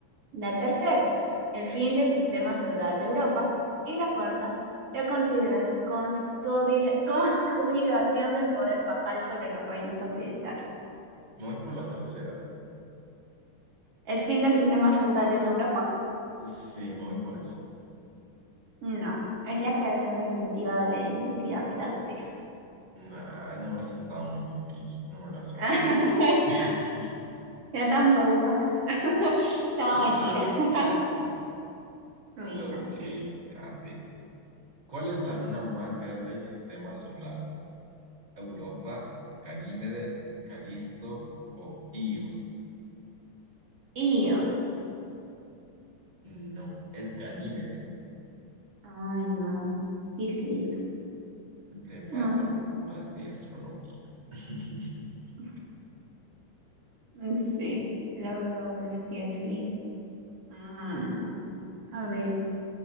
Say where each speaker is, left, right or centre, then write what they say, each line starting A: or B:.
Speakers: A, on the right; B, on the right.
A: La tercera, el fin del sistema feudal de Europa. Y la cuarta, la considera- consodile- <laughs> consolidación del poder papal sobre los reinos occidentales.
B: Me voy por la tercera.
A: ¿El fin del sistema feudal en Europa?
B: Sí, me voy por esa.
A: No, es la creación definitiva de la identidad francesa.
B: Ah, no, esa estaba muy difícil. No me la sabía.
A: <laughs>
B: <laughs>
A: Yo tampoco. <laughs> No, mentira.
B: Ah,
A: <laughs>
B: gracias.
A: Ay,
B: Ok,
A: no, pues.
B: a ver. ¿Cuál es la luna más grande del sistema solar? ¿Europa, Ganímedes, Calisto o Io?
A: Y yo.
B: No, es Ganímedes.
A: Ay, no. ¿Qué es eso?
B: Le falta
A: No.
B: un poco más de astronomía. <laughs>
A: <laughs> Mm, Sí, la verdad es que sí. Mm, a ver,